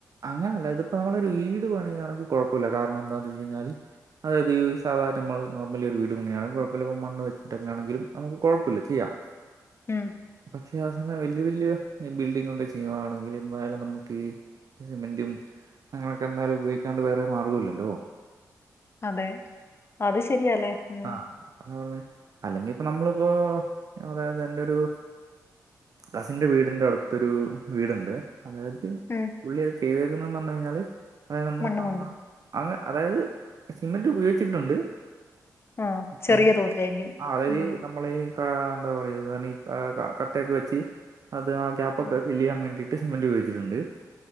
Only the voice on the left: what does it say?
ഉം
അതെ അത് ശരിയല്ലേ ഉം
ഉം
മണ്ണ്
കൊണ്ട്
ആ ചെറിയ
തോതിലായിരിക്കും
ഉം
ഉം.